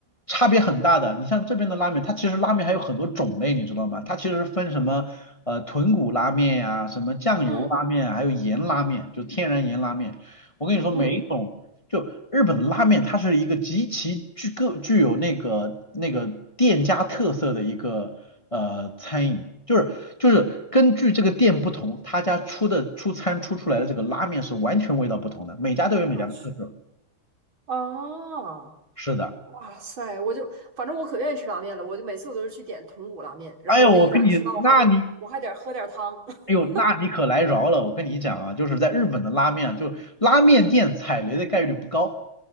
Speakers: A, on the left; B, on the right.
A: 差别很大的。你像这边的拉面，它其实拉面还有很多种类，你知道吗？它其实分什么呃豚骨拉面呀、什么酱油拉面啊，
B: 嗯
A: 还有盐拉面，就是天然盐拉面。我跟你说，
B: 嗯，
A: 每一种就日本的拉面，它是一个极其具个具有那个那个店家特色的一个呃餐饮。就是就是根据这个店不同，他家出的出餐出出来的这个拉面是完全味道不同的，每家都有每家的特色。
B: 我去啊，
A: 是的，
B: 哇塞，我就反正我可愿意吃拉面了，我就每次我都是去点豚骨拉面，然后我那一碗吃完，
A: 哎呀，我跟你，那你，
B: 我还能我还得喝点汤，<laughs>
A: 哎呦，那你可来饶了！我跟你讲啊，就是在日本的拉面啊，就拉面店踩雷的概率不高，